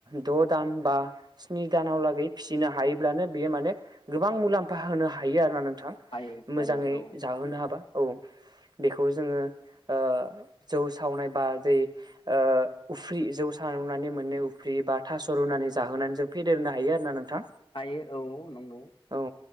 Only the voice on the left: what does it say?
हायो
हायो औ
हायो औ नंगौ